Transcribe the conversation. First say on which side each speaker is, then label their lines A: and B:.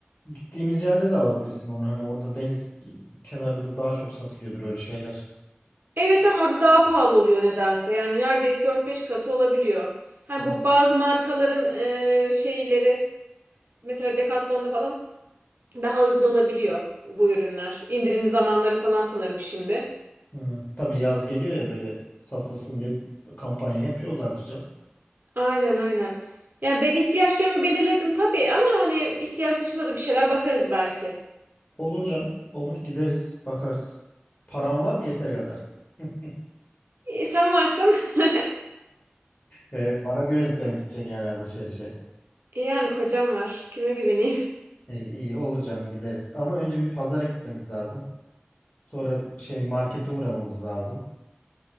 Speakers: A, on the left (about 45°); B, on the right (about 55°).
A: Gittiğimiz yerde de alabilirsin onu. Hani orada deniz kenarında daha çok satılıyordur öyle şeyler.
B: Evet ama orada daha pahalı oluyor nedense. Yani neredeyse dört beş katı olabiliyor. Hani
A: Hı.
B: bu bazı markaların e, şeyleri mesela Decathlon'da falan daha uygun olabiliyor bu ürünler. İndirim zamanları falan sanırım şimdi.
A: Hı. Tabii yaz geliyor ya böyle satılsın diye kampanya yapıyorlardır canım.
B: Aynen aynen. Yani ben ihtiyaçlarımı belirledim tabii ama hani ihtiyaç dışında da bir şeyler bakarız belki.
A: Olur canım. Olur. Gideriz. Bakarız. Param var mı yeteri kadar? <laughs>
B: E, sen varsın. <laughs>
A: Ee, bana güvenip de mi gideceksin yani alışverişe?
B: E, yani kocam var. Kime güveneyim?
A: İyi, iyi olur canım gideriz. Ama önce bir pazara gitmemiz lazım. Sonra şey markete uğramamız lazım.